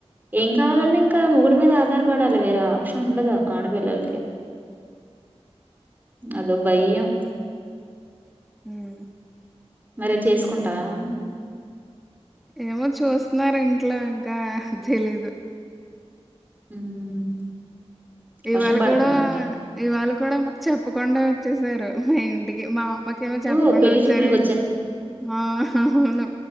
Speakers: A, on the right (about 15°); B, in the centre.
A: ఏం కావాలండి ఇక మొగుడు మీద ఆధారపడాలి వేరే ఆప్షన్ ఉండదు ఆడపిల్లలకి అదో భయం
B: హ్మ్.
A: మరి చేసుకుంటావా
B: ఏమో చూస్తున్నారు ఇంట్లో ఇంకా తెలీదు
A: ఉమ్,
B: ఇవాళ
A: వర్షం పడుతుందంటే
B: కూడా ఇవాళ కూడా కూడా మాకు చెప్పకుండా వచ్చసారు మా ఇంటికి మా అమ్మకి ఏమో చెప్పకుండా
A: ఓ పెళ్లి
B: వచ్చారా
A: చూపులకి
B: అని ఆ అవును